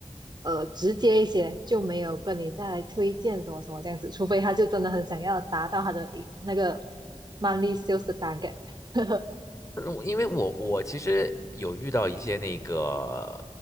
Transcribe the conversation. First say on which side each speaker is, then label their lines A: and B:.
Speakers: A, on the right; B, on the left.
A: 呃直接一些，就没有跟你再来推荐什么什么这样子，除非他就真的很想要达到他的一那个 m o n e y sales 的 target。<laughs>
B: 我因为我我其实有遇到一些那个